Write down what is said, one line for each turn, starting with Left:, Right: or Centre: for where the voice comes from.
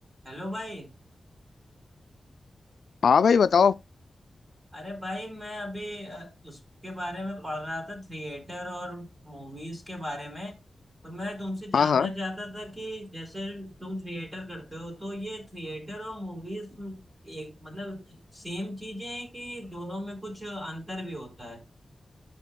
Right: Hello भाई
Left: हाँ भाई बताओ
Right: अरे भाई मैं अभी अ, उसके बारे में पढ़ रहा था थिएटर और मूवीज के बारे में तो मैं तुमसे जानना
Left: हाँ हाँ
Right: चाहता था कि जैसे तुम थिएटर करते हो तो ये थिएटर और मूवीज एक मतलब सेम चीजें हैं कि दोनों में कुछ अंतर भी होता है